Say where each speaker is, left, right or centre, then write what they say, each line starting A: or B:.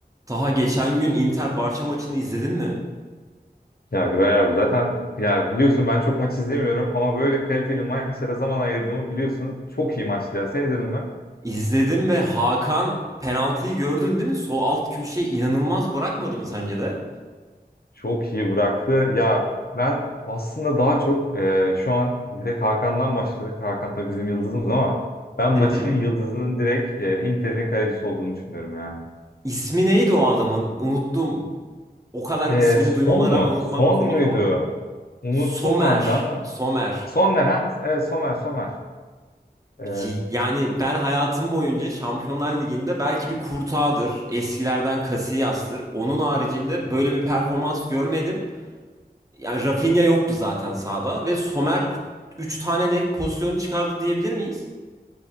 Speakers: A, on the right; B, on the left.
A: Taha geçen gün Inter Barça maçını izledin mi?
B: Ya Güray abi zaten ya biliyorsun ben çok maç izlemiyorum ama böyle kaliteli maçlara zaman ayırdığımı biliyorsun. Çok iyi maçtı ya. Sen izledin mi?
A: İzledim ve Hakan penaltıyı gördün değil mi? Sol alt köşeyi inanılmaz bırakmadı mı sence de?
B: Çok iyi bıraktı. Ya ben aslında daha çok e, şu an direkt Hakan'dan başladık. Hakan tabii bizim yıldızımız ama ben maçın
A: Hı hı.
B: yıldızının direkt e, Inter'in kalecisi olduğunu düşünüyorum ya.
A: İsmi neydi o adamın? Unuttum. O kadar
B: E,
A: ismini
B: son
A: duymama rağmen
B: mu?
A: unutmam
B: Son
A: komik
B: muydu?
A: ama.
B: Unuttum
A: Somer.
B: ben de ama
A: Somer.
B: Sonner ha. Evet, Somer Somer. E,
A: Y- Yani ben hayatım boyunca Şampiyonlar Ligi'nde belki bir Courtois'dır. Eskilerden Casillas'tır. Onun haricinde böyle bir performans görmedim. Yani Rafinha yoktu zaten sahada ve Somer 3 tane net pozisyon çıkardı diyebilir miyiz?